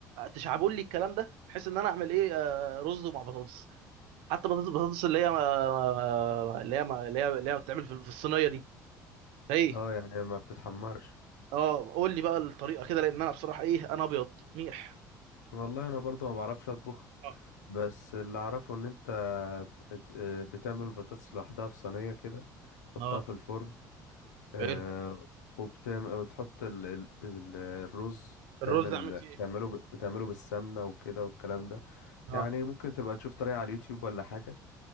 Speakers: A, on the right; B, on the left.
A: تشعبوا لي الكلام ده بحيث ان انا اعمل ايه آه، رز مع بطاطس حتى بطاطس بطاطس اللي هي آه، آه، اللي هي اللي هي اللي هي بتتعمل في في الصينيه دي فايه
B: آه، يعني ما بتتحمرش
A: اه قول لي بقى الطريقه كده لان انا بصراحه ايه انا ابيض ميح
B: والله انا برضو ما بعرفش اطبخ
A: اه
B: بس اللي اعرفه ان انت بت- آه، بتعمل البطاطس لوحدها في صينية كده تحطها
A: اه
B: في الفرن آه،
A: حلو
B: وبتعمل وتحط ال... ال... ال- الرز بتعمل
A: الرز اعمل فيه ايه
B: بتعمله ب... بتعمله بالسمنة وكده والكلام ده
A: اه
B: يعني ممكن تبقى تشوف طريقة على اليوتيوب ولا حاجة